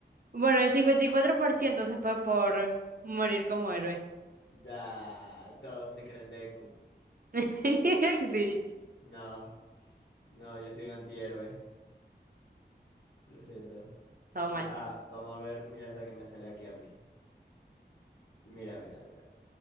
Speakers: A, on the right; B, on the left.
A: Bueno, el 54% se fue por morir como héroe.
B: Da, todos se creen Deku.
A: <laughs> Sí,
B: No, no, yo soy un antihéroe. Lo siento.
A: todo
B: Mi-
A: mal.
B: Ah, vamos a ver, mira esta que me sale aquí a mí. Mira, mira, mira.